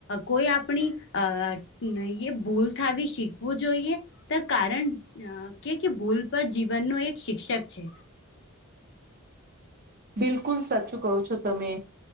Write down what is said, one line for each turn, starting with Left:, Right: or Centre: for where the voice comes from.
Left: કોઈ આપણી અ એ ભૂલ થાવી શીખવું જોઈએ? તો કારણ કે ભૂલ પર જીવનનો એક શિક્ષક છે.
Right: બિલકુલ સાચું કહો છો તમે.